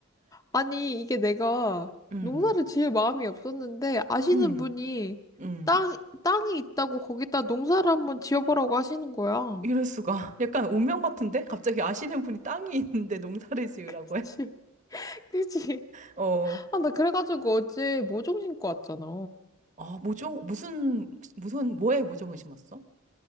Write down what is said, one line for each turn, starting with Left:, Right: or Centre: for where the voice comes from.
Left: 아니, 이게 내가
Right: 음,
Left: 농사를 지을 마음이 없었는데 아시는
Right: 음,
Left: 분이
Right: 음.
Left: 땅, 땅이 있다고 거기다 농사를 한번 지어보라고 하시는 거야. 어,
Right: 이럴 수가. 약간 운명 같은데? 갑자기 아시는 분이 땅이 있는데 농사를 지으라고
Left: 그치.
Right: 해?
Left: <laughs> 그치.
Right: <laughs> 어,
Left: 아, 나 그래가지고 어제 모종 심고 왔잖아.
Right: 아, 모종, 무슨, 무슨, 뭐에 모종을 심었어?